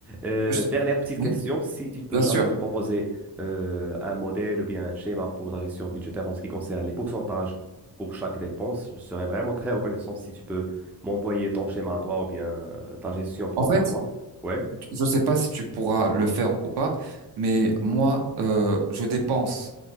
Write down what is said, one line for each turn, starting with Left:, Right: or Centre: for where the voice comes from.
Centre: Euh,
Right: Je te-
Centre: dernière petite
Right: Oui,
Centre: question. Si tu peux
Right: bien
Centre: jamais
Right: sûr.
Centre: me proposer euh, un modèle ou bien un schéma pour la gestion budgétaire en ce qui concerne les pourcentages pour chaque dépense, je serais vraiment très reconnaissant si tu peux m'envoyer ton schéma à toi ou bien euh, ta gestion propre
Right: En fait,
Centre: à toi. Oui.
Right: je ne sais pas si tu pourras le faire ou pas, mais moi, euh, je dépense,